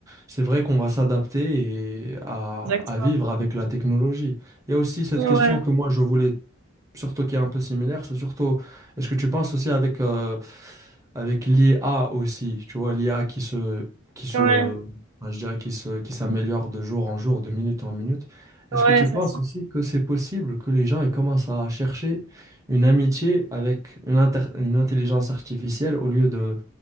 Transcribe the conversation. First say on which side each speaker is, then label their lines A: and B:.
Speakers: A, on the right; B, on the right.
A: c'est vrai qu'on va s'adapter et à,
B: Exactement.
A: à vivre avec la technologie. Il y a aussi cette
B: ouais,
A: question que moi je voulais surtout qui est un peu similaire, c'est surtout, est-ce que tu penses aussi avec, euh, avec l'IA aussi, tu vois, l'IA qui se, qui se,
B: ouais,
A: enfin, je dirais qui se, qui s'améliore de jour en jour, de minute en minute, est-ce
B: Ouais,
A: que tu
B: ça
A: penses
B: suffit.
A: aussi que c'est possible que les gens ils commencent à chercher une amitié avec une, inter- une intelligence artificielle au lieu de,